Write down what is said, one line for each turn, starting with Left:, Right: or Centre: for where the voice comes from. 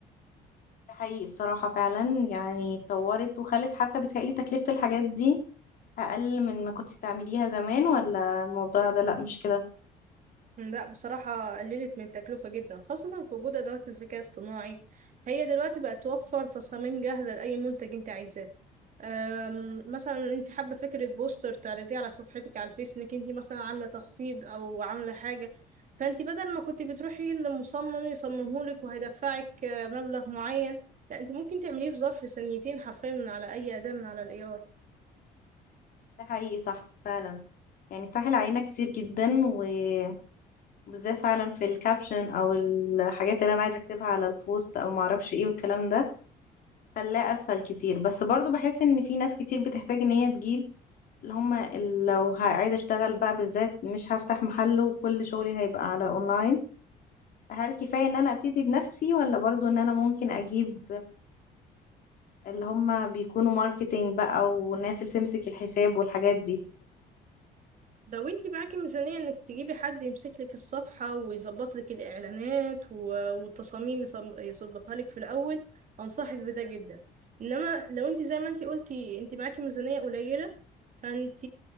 Left: ده حقيقي الصراحة فعلا يعني اتطورت وخلت حتى بتهيألي تكلفة الحاجات دي اقل من ما كنت تعمليها زمان ولا الموضوع ده لا مش كده
Right: لا بصراحة قللت من التكلفة جدا خاصة في وجود أدوات الذكاء الاصطناعي هي دلوقتي بقت توفر تصاميم جاهزة لأي منتج أنت عايزاه أم، مثلا انت حابة فكرة بوستر تعرضيه على صفحتك على الفيس انك انت مثلا عاملة تخفيض او عاملة حاجة فانت بدل ما كنت بتروحي لمصمم يصممهولك وهيدفعك آه، مبلغ معين لا انت ممكن تعمليه في ظرف ثانيتين حرفيا من على اي أداة من على الاي
Left: ده حقيقي صح فعلا يعني سهل علينا كتير جدا و- وبالذات فعلا في الكابشن او الحاجات اللي انا عايزة اكتبها على البوست او معرفش ايه والكلام ده خلاه اسهل كتير بس برضو بحس ان في ناس كتير بتحتاج ان هي تجيب اللي هما ال- لو ه- عايزة اشتغل بقى بالذات مش هفتح محل وكل شغلي هيبقى على اونلاين هل كفاية ان انا ابتدي بنفسي ولا برضو ان انا ممكن اجيب اللي هما بيكونوا ماركتينج بقى والناس اللي تمسك الحساب والحاجات دي
Right: لو انت معاكي ميزانية انك تجيبي حد يمسك لك الصفحة ويظبط لك الاعلانات و- والتصاميم يصم- يظبطها لك في الاول انصحك بده جدا انما لو انت زي ما انت قلتي انت معاكي ميزانية قليلة فانت